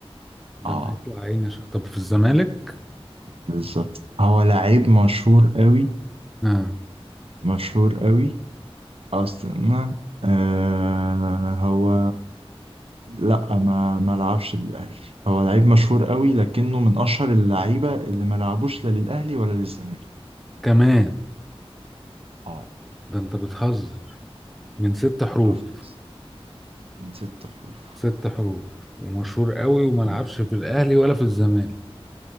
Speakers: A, in the centre; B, on the right.
A: ده
B: اه
A: انا هيطلع عيني عشان طب في الزمالك
B: بالظبط هو لعيب مشهور قوي
A: اه
B: مشهور قوي أو استنى آه هو لا ما ما لعبش للاهلي هو لعيب مشهور قوي لكنه من اشهر اللعيبه اللي ما لعبوش لا للاهلي ولا للزمالك
A: كمان
B: اه
A: ده انت بتهزر من ست حروف
B: شفت من ست حروف
A: ست حروف ومشهور قوي وما لعبش
B: مم.
A: في الاهلي ولا في الزمالك